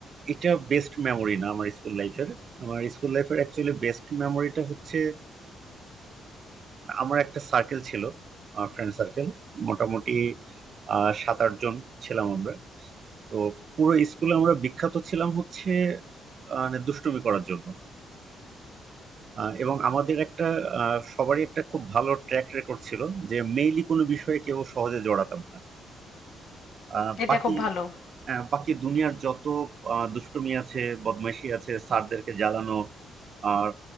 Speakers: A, on the right (about 50°); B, on the left (about 70°).
A: এটা বেস্ট মেমোরি না আমার স্কুল লাইফের আমার স্কুল লাইফের অ্যাকচুয়ালি বেস্ট মেমোরিটা হচ্ছে আমার একটা সার্কেল ছিল ফ্রেন্ড সার্কেল মোটামুটি আহ, সাত আট জন ছিলাম আমরা তো পুরো স্কুলে আমরা বিখ্যাত ছিলাম হচ্ছে আহ, মানে দুষ্টুমি করার জন্য আহ, এবং আমাদের একটা আহ, সবারই একটা খুব ভালো ট্র্যাক রেকর্ড ছিল যে মেইনলি কোনো বিষয়ে কেউ সহজে জড়াতাম না আহ,
B: এটা
A: বাকি
B: খুব ভালো
A: আহ, বাকি দুনিয়ার যত আহ, দুষ্টুমি আছে বদমাইশি আছে স্যারদেরকে জ্বালানো আর